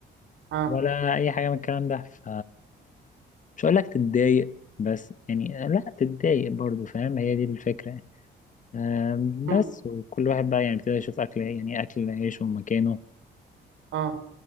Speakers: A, on the right; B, on the left.
A: اه
B: ولا أي حاجة من الكلام ده ف مش هقول لك تتضايق بس يعني لأ تتضايق برضو فاهم هي دي الفكرة يعني. آم،
A: مم،
B: بس وكل واحد بقى يعني ابتدى يشوف أكل إيه، يعني أكل عيشه ومكانه
A: اه